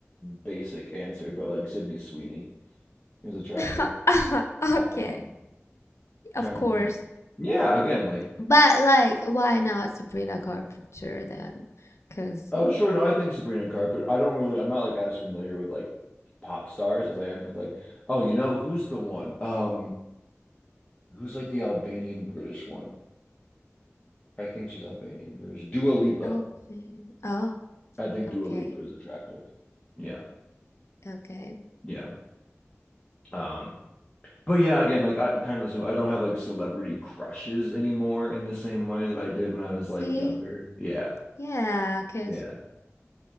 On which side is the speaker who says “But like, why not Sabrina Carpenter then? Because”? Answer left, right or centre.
Left